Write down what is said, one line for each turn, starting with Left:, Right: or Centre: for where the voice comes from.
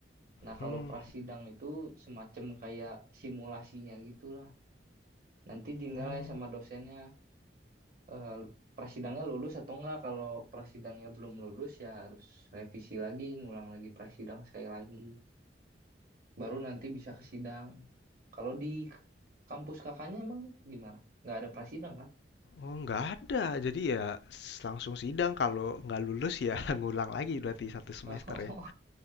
Right: Nah,
Left: Hmm,
Right: kalau prasidang itu semacam kayak simulasinya gitulah. Nanti dinilai
Left: oh.
Right: sama dosennya eh, prasidangnya lulus atau enggak. Kalau prasidangnya belum lulus ya harus revisi lagi, ngulang lagi prasidang sekali lagi. Baru nanti bisa ke sidang. Kalau di kampus kakaknya emang gimana? Nggak ada prasidang kah?
Left: Oh, nggak ada. Jadi ya s- langsung sidang. Kalau nggak lulus ya <laughs> ngulang lagi berarti satu semester
Right: <laughs>
Left: ya.